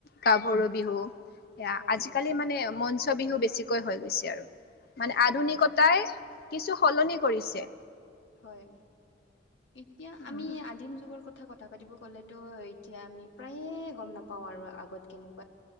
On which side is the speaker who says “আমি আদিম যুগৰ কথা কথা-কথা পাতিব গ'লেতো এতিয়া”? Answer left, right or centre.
Left